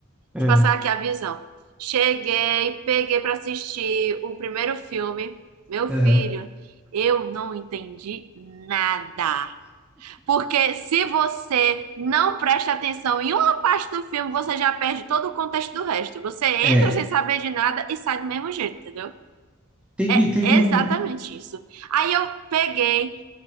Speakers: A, in the centre; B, on the right.
A: É,
B: Te passar aqui a visão. Cheguei, peguei para assistir o primeiro filme, meu
A: aham.
B: filho. Eu não entendi nada. Porque se você não presta atenção em uma parte do filme, você já perde todo o contexto do resto. Você entra
A: É,
B: sem saber de nada e sai do mesmo jeito, entendeu?
A: teve,
B: É
A: teve
B: exatamente
A: um.
B: isso. Aí eu peguei,